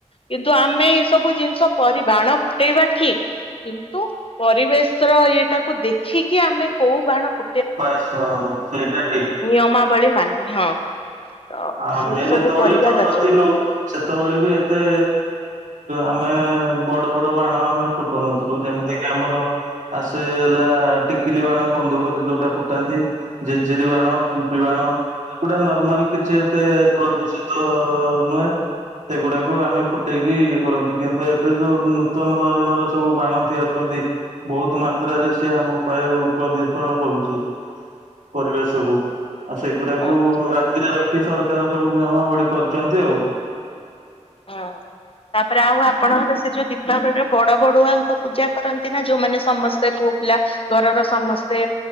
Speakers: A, on the left; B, on the right.
A: କିନ୍ତୁ ଆମେ ଏଇ ସବୁ ଜିନିଷ ବାଣ ଫୁଟେଇବା ଠିକ କିନ୍ତୁ ପରିବେଶ ର ଇଏଟାକୁ ଦେଖିକି ଆମେ କୋଉ ବାଣ ଫୁ
B: ବସ ସେଇଟା ଠିକ।
A: କମାବଳି ମାନିବି ହଁ। ତ
B: ଆମେ
A: ସେଇ ସବୁ
B: ଯେତେବେଳେ
A: କରିବା
B: ଛୋଟ
A: ଦରକାର।
B: ଥିଲୁ ସେତେବେଳେ ବି ଏତେ ଆମେ ବଡ ବଡ ବାଣ ଆମେ ଫୁଟଉନଥିଲୁ ଯେମିତିକ ଆମର ଆସେ ହେଲା ଟିକିଲି ବାଣ ବନ୍ଧୁକ ଯୋଉଟା ଫୁଟାନ୍ତି ଜେଜେରୀ ବାଣ କୁମ୍ପି ବାଣ ଗୁଟା ନର୍ମାଲ କିଛି। କେତେ ଫଳ ଦୂଷିତ ନୁହେଁ ସେଗୁଡାକୁ ଆମେ ଫୁଟେଇକି ଇଏ କରନ୍ତି କିନ୍ତୁ ଏବେ ଯୋଉ ନୂତନ ଧରଣର ସବୁ ବାଣତି ଅଛନ୍ତି ବହୁତ ମାତ୍ରାରେ ସେ ଆମ ବାୟୁ ପ୍ରଦୂଷଣ କରୁଛି ପରିବେଶକୁ। ଆଉ ସେଗୁଡାକୁ
A: ହଁ ହଁ
B: ଆଖି କି ସରକାର ସବୁ ନିୟମାବଳୀ କରିଛନ୍ତି ଆଉ।
A: ହଁ ତାପରେ ଆଉ ଆପଣଙ୍କର ସେ ଯୋଉ ଦୀପାବଳିର ବଡ ବଡୁଆଙ୍କ ପୂଜା କରନ୍ତି ନା ଯୋଉମାନେ ସମସ୍ତେ ପୋଅ ପିଲା ଘରର ସମସ୍ତେ